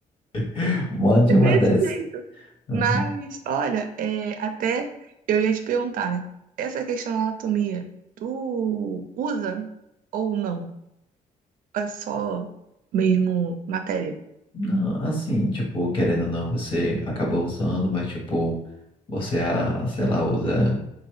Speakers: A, on the left; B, on the right.
A: <laughs> Mande uma
B: desse
A: dessa.
B: jeito.
A: Uhum.
B: Mas, olha, é, até eu ia te perguntar, né? Essa questão da anatomia, tu usa ou não? É só mesmo matéria?
A: Não, assim, tipo, querendo ou não, você acaba usando, mas, tipo, você, ah, sei lá, usa.